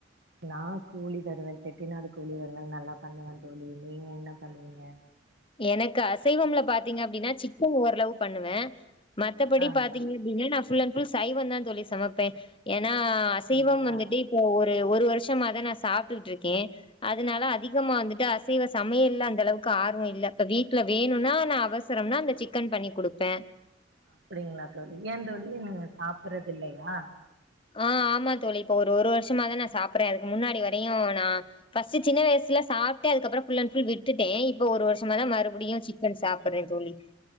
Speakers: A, on the right; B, on the left.
A: நா கோழி வருவல் செட்டி நாடு கோழிவறுவல் நல்லா பண்ணுவேன் தோழி நீங்க என்ன பண்ணுவீங்க
B: எனக்கு அசைவம்ல பாத்தீங்க அப்படின்னா சிக்கன் ஓரளவு பண்ணுவேன் மத்தபடி
A: ஆ
B: பாத்தீங்க
A: சரி
B: அப்படினா நான் ஃபுல் அண்ட் ஃபுல் சைவம் தான் தோழி சமப்பேன் ஏன்னா
A: அப்டிங்களா
B: அசைவம் வந்துட்டு இப்போ ஒரு ப்போ ஒரு வருஷமா தான் சாப்டுட்டு இருக்கேன் அதனால அதிகமா வந்துட்டு அசைவ சமையல் இல்ல அந்த அளவுக்கு ஆர் ர்வம் இல்ல இப்ப வீட்டுல வேணும்னா நான் அவசரம்னா அ
A: அப்படிங்களா தோழி ஏன் தோழி நீங்க சாப்டுறது இல்லையா
B: ஆஹ ஆமா தோழி இப்ப ஒரு ஒரு வருஷமா தான் நான் சாப்புறேன் அதுக்கு முன்னாடி வரையும் நான் ஃபர்ஸ்ட் சின்ன வயசுல சாப்டேன் அதுக்கப்புறோ ஃபுல் அண்ட் ஃபுல் விட்டுட்டேன் இப்ப ஒரு வருஷம் ம்மதான் மறுபடியும் சிக்கன் சாப் வரேன் தோழி